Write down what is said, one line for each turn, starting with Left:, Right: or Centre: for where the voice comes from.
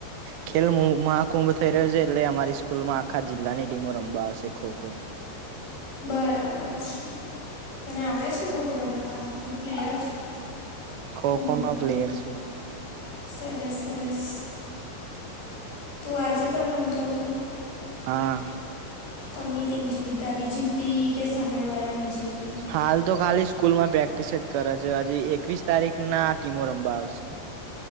Right: ખેલ મહાકુંભ થઈ રહ્યો છે, એટલે અમારી સ્કૂલમાં આખા જિલ્લાની ટીમો રમવા આવશે ખો ખો
Left: બરાબર છે, તને આવડે છે, ખો ખો રમતા તું પ્લેયર
Right: ખો
Left: હમ,
Right: ખો નો પ્લેયર છુ
Left: સરસ સરસ તું આજે પણ રમતો હતો?
Right: હા.
Left: કોની ટીમ જીતી તારી જીતી કે સામે વાડાની જીતી.
Right: હાલ તો ખાલી સ્કૂલમાં પ્રેક્ટિસ જ કરે છે. હજી એકવીસ તારીખ ના ટીમો રમવા આવશે.